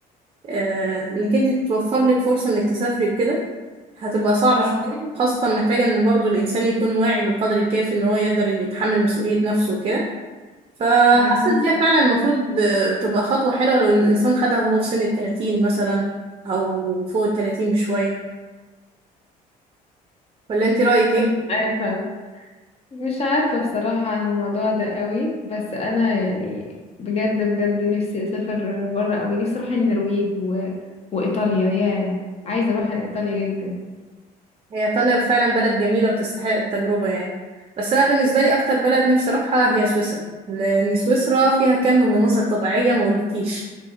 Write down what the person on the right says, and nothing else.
آه، انك انتي توفر لك فرصة انك تسافري وكده هتبقى صعبة
شوية خاصة محتاجة ان برضو الانسان يكون واعي بالقدر الكافي ان هو يقدر يتحمل مسؤولية نفسه وكده فحاسة
ان هي فعلا المفروض آه، تبقى خطوة حلوة لو ان الانسان خدها وهو في سن التلاتين مثلا او فوق التلاتين بشوية ولا انتي رأيك
ايه؟
هي ايطاليا فعلا بلد جميله وتستحق التجربه يعني بس انا بالنسبه لي اكتر بلد نفسي اروحها هي سويسرا لان سويسرا فيها كم مناظر طبيعيه ما اقولكيش